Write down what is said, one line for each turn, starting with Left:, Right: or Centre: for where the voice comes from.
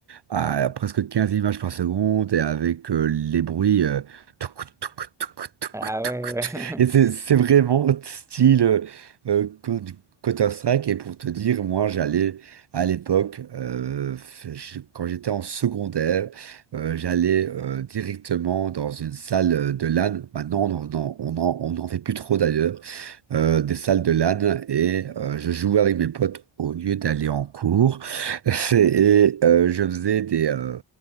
Right: à presque 15 images par seconde et avec euh, les bruits. euh, touc, touc, touc, touc,
Centre: Ah
Right: touc,
Centre: ouais, ouais.
Right: touc.
Centre: <laughs>
Right: Et c'est c'est vraiment style euh, euh, Co- du Counter-Strike. Et pour te dire, moi, j'allais à l'époque, euh, f- je- quand j'étais en secondaire, euh, j'allais euh, directement dans une salle euh, de LAN. Maintenant, on n'en on en- on en fait plus trop d'ailleurs euh, des salles de LAN et euh, je jouais avec mes potes au lieu d'aller en cours. <laughs> C'est- Et euh, je faisais des, euh,